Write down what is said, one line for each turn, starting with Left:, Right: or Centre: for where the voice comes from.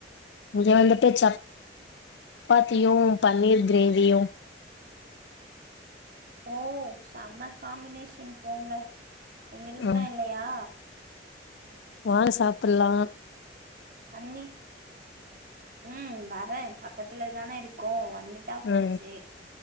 Left: இங்க வந்துட்டு சப் பாத்தியு பன்னீர் கிரேவியு
Right: ஓ செம்ம காம்மினேஷன் போங்க எங்ளுக்லா
Left: ஆ
Right: இல்லயா
Left: வாங்க சாப்பிட்லா
Right: அம்மி ம் வரே பக்கதுல தானே இருக்கோ வந்துட்டா போச்சி
Left: ம்